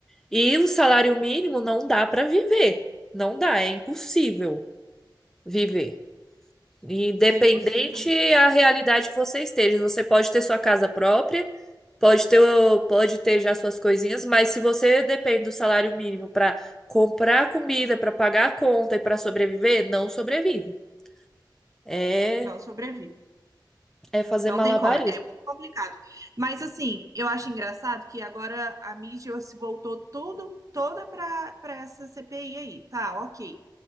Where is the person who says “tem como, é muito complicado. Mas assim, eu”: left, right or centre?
Right